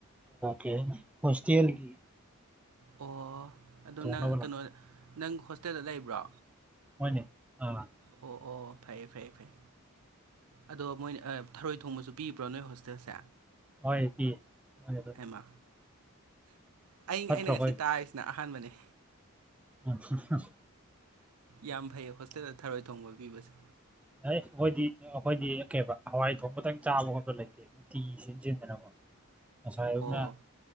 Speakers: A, in the centre; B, on the right (about 90°).
A: ꯀꯩ ꯍꯥꯏꯅꯤ ꯍꯣꯁꯇꯦꯜꯒꯤ
B: ꯑꯣ ꯑꯗꯨꯗꯣ
A: ꯊꯣꯡꯅꯕ
B: ꯅꯪ ꯀꯩꯅꯣ
A: ꯂꯥꯛ
B: ꯅꯪ ꯍꯣꯁꯇꯦꯜꯗ ꯂꯩꯕ꯭ꯔꯣ
A: ꯍꯅꯦ ꯑ
B: ꯑꯣ ꯑꯣ ꯐꯩꯌꯦ ꯐꯩꯌꯦ ꯐꯩ ꯑꯗꯣ ꯃꯣꯏ ꯊꯔꯣꯏ ꯊꯣꯡꯕꯁꯨ ꯄꯤꯕ꯭ꯔꯣ ꯅꯣꯏ ꯍꯣꯁꯇꯦꯜꯁꯦ
A: ꯍꯣꯏ ꯄꯤ ꯃꯣꯏꯅ ꯑꯗꯨꯝ
B: ꯍꯃ ꯑꯌꯪ
A: ꯐꯠꯇ꯭ꯔꯣ
B: ꯑꯩꯅ ꯉꯁꯤ
A: ꯑꯩꯈꯣꯏꯗꯤ
B: ꯇꯥꯔꯤꯁꯤꯅ ꯑꯍꯥꯟꯕꯅꯤ
A: ꯎꯝꯝ
B: ꯌꯥꯝ ꯐꯩꯌꯦ ꯍꯣꯁꯇꯦꯜꯗ ꯊꯔꯣꯏ ꯊꯣꯡꯕ ꯄꯤꯕꯁꯦ
A: ꯍ ꯑꯩꯈꯣꯏꯗꯤ ꯑꯩꯈꯣꯏꯗꯤ ꯀꯩꯕ ꯍꯋꯥꯏ ꯊꯣꯡꯕꯇꯪ ꯆꯥꯕ ꯈꯣꯠꯄ ꯂꯩꯇꯦ ꯅꯨꯡꯇꯤ ꯁꯦꯝꯖꯤꯟꯗꯅꯀꯣ ꯉꯁꯥꯏ ꯑꯧꯅ
B: ꯑꯣ